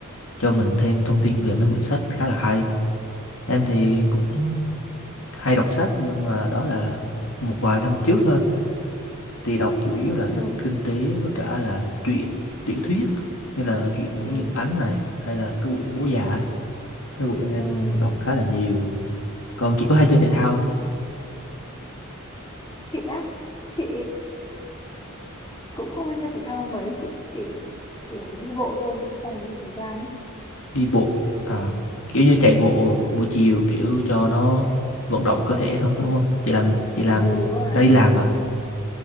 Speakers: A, on the left; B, on the left.
A: cho mình thêm thông tin về mấy quyển sách khá là hay. Em thì cũng hay đọc sách nhưng mà đó là một vài năm trước thôi thì đọc chủ yếu là
B: ừ,
A: sách kinh tế với cả là truyện tiểu thuyết như là truyện Nguyễn
B: ừ,
A: Nhật Ánh này hay là cái quyển Bố Già ấy cái quyển em
B: ừ,
A: đọc khá là nhiều còn chỉ có hay chơi thể
B: ừ.
A: thao không?
B: chị á chị cũng không hay chơi thể thao mấy chị chỉ kiểu đi bộ thôi chị cũng không có nhiều thời gian ấy
A: đi bộ à kiểu như chạy bộ buổi chiều kiểu cho nó vận động cơ thể thôi
B: ừ.
A: đúng không chị làm chị làm
B: ừ đúng rồi
A: đã đi
B: đúng
A: làm
B: rồi
A: mà